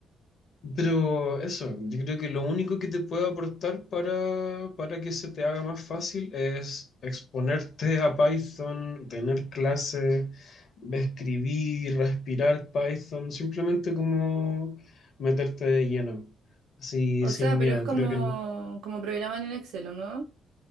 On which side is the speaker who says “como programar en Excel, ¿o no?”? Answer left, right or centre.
Right